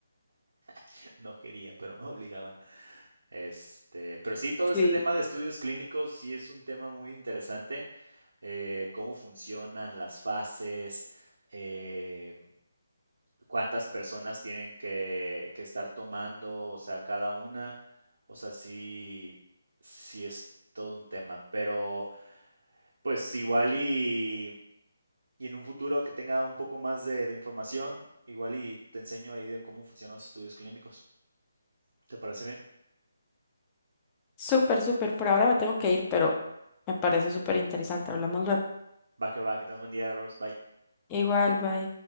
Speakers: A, on the right; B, on the left.
A: <laughs> No quería, pero me obligaban. Este, pero sí, todo este
B: Sí.
A: tema de estudios clínicos sí es un tema muy interesante. eh, cómo funcionan las fases, eh, cuántas personas tienen que, que estar tomando, o sea, cada una, o sea, sí, sí es todo un tema, pero pues igual y, y en un futuro que tenga un poco más de, de información, igual y te enseño ahí de cómo funcionan los estudios clínicos. ¿Te parece bien?
B: Súper, súper. Por ahora me tengo que ir, pero me parece súper interesante. Hablamos luego.
A: Va que va, que tengas buen día, Rose. Bye.
B: Igual, bye.